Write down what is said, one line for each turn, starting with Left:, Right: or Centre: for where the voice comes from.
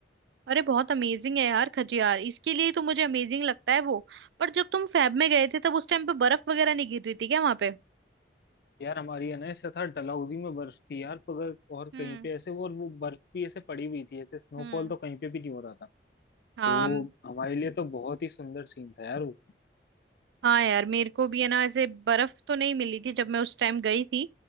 Right: अरे बहुत अमेजिंग है यार खजियार इसके लिए तो मुझे अमेजिंग लगता है वो पर जब तुम फैब में गए थे तब उस टाइम पे बर्फ वगैरह नहीं गिर रही थी क्या वहां पे
Left: यार हमारी है ना ऐसा था डलहौजी में बर्फ थी यार मगर और
Right: हम्म
Left: कहीं पे ऐसे वो और वो बर्फ भी ऐसे पड़ी हुई थी ऐसे स्नोफॉल
Right: हम्म
Left: तो कहीं पे भी नहीं हो रहा था
Right: हाँ
Left: तो हमारे लिए तो बहुत ही सुंदर सीन था यार वो
Right: हाँ यार मेरे को भी है ना ऐसे बर्फ तो नहीं मिली थी जब मैं उस टाइम गई थी